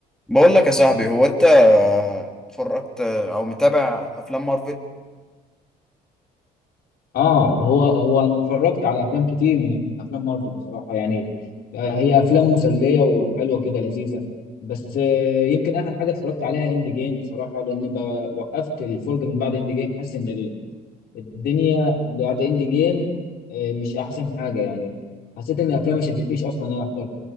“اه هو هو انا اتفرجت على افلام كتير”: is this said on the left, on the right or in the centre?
Left